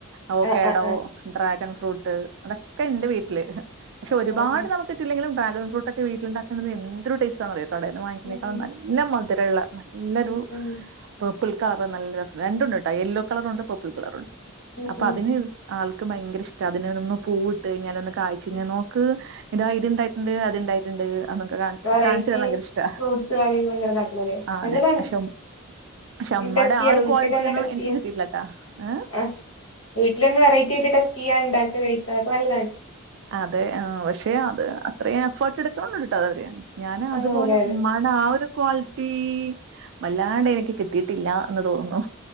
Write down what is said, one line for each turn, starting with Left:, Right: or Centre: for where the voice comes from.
Right: അവോക്കടോ
Left: ആഹ് ആഹ് ആഹ്
Right: ഡ്രാഗൺ ഫ്രൂട്ട്. അതൊക്കെ ണ്ട് വീട്ടില്. പക്ഷെ ഒരുപാട്
Left: ആഹ്
Right: നമുക്ക് കിട്ടില്ലെങ്കിലും ഡ്രാഗൺ ഫ്രൂട്ടൊക്കെ വീട്ടിലുണ്ടാക്കണത് എന്തൊരു ടേസ്റ്റാണറിയോ കടേന്ന് വാങ്ങുന്നേക്കാളും
Left: ഉം ഉം
Right: നല്ല മധുരള്ള നല്ലൊരു
Left: ഉം ഉം ഉം
Right: പേർപ്പിൾ കളറ് നല്ല രസം. രണ്ടുണ്ട് ട്ടോ യെല്ലോ കളറുണ്ട് പേർപ്പിൾ കളറുണ്ട്.
Left: ഉം
Right: അപ്പൊ
Left: ഉം
Right: തിന്
Left: ഉം
Right: ആൾക്ക് ഭയങ്കര ഇഷ്ട. അതിനന് ഒന്ന് പൂ ഇട്ട് കഴിഞ്ഞാ ഒന്ന് കായ്ച്ചഴിഞ്ഞാ
Left: ഉം
Right: നോ ക്ക് ഇത്ണ്ടായിട്ടുണ്ട്, അത്ണ്ടായിട്ടുണ്ട് അതൊക്കെ കാണി
Left: വെറൈറ്റി
Right: കാണിച്ചരാൻ ഭയങ്കര ഇഷ്ട
Left: ഫ്രൂട്ട്സ് കാര്യങ്ങള് ഇങ്ങനെ ഇതാക്കണത്
Right: ആഹ്
Left: നല്ലതാണ്
Right: അതെ അക്ഷോ ക്ഷെ മ്മടെ
Left: ടെസ്റ്റ് ചെയ്യാം
Right: ആഹ് ഒരു
Left: വീട്ടിലൊന്ന്
Right: ക്വാളിറ്റിന്നും
Left: ടെസ്റ്റ്
Right: എനിക്ക്
Left: ചെയ്യാം
Right: കിട്ടീയില്ലട്ടാ ഏഹ്
Left: ആഹ് വീട്ടിലൊന്ന് വെറൈറ്റി ആയിട്ട് ടെസ്റ്റ്യ്യ ഇണ്ടാക്ക കഴിക്കാ അതൊക്കെ നല്ലണ്
Right: അതെ ആഹ് പക്ഷെ അത് അത്രയും എഫേർട്ട് എടുക്കണ്‌ണ്ട് ട്ടോ അതവര് ഞാൻ
Left: അതൊക്കെ
Right: അതുപോലെ
Left: നല്ലതാണ് ആഹ് അതെ അതെ
Right: മ്മ ആഹ് ഒരു ക്വാളിറ്റി വല്ലാണ്ട് എനിക്ക് കിട്ടിയിട്ടില്ല എന്ന് തോന്നുന്നു.